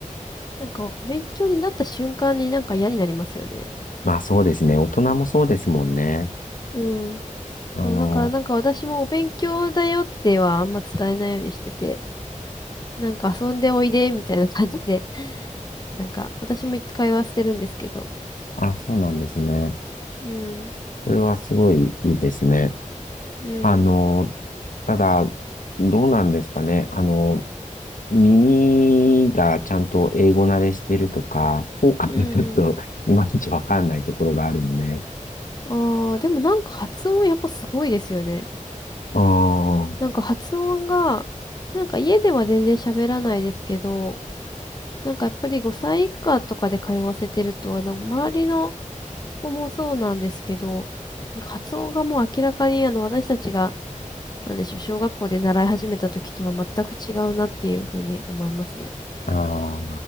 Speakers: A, on the left; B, on the left.
A: なんかお勉強になった瞬間になんか嫌になりますよね。
B: まあそうですね。大人もそうですもんね。
A: うん
B: あの、
A: そう、だからなんか私もお勉強だよってはあんま伝えないようにしてて、なんか遊んでおいでみたいな感じで、<laughs> なんか私も一回はしてるんですけど、
B: あ、そうなんですね。
A: うん、
B: それはすごいいいですね。
A: うん、
B: あの、ただ、どうなんですかね。あの、耳がちゃんと英語慣れしてるとか、効果がちょっといまいちわかんないところがあるんで。
A: うん。ああ、でもなんか発音やっぱすごいですよね。
B: ああ。
A: なんか発音が、なんか家では全然喋らないですけど、なんかやっぱり5歳以下とかで通わせてると、あの、周りの子もそうなんですけど、なんか発音がもう明らかにあの私たちがなんでしょう、小学校で習い始めた時とは全く違うなっていうふうに思いますね。
B: ああ、